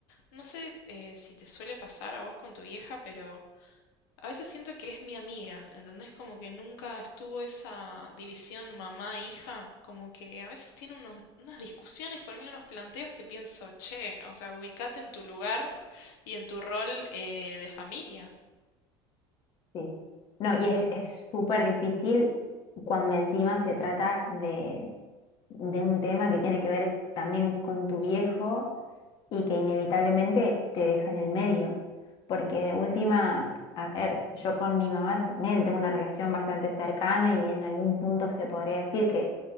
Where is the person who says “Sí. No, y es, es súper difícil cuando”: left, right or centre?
Left